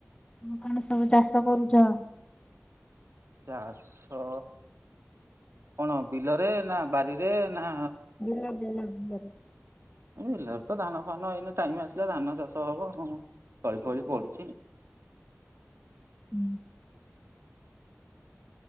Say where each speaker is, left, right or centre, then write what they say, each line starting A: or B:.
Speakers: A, on the left (about 25°); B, on the right (about 85°).
A: କଣ କଣ ସବୁ ଚାଷ କରୁଚ?
B: ଚାଷ କଣ ବିଲରେ ନା ବାରିରେ ନା?
A: ବିଲ ବିଲ ବିଲରେ
B: ବିଲରେତ ଧାନ ଫାନ ଏଇନା ଟାଇମ ଆସିଲା ଧାନ ଚାଷ ହବ ହଉ ତଳି ଫଳି ପଡୁଚି।
A: <unintelligible>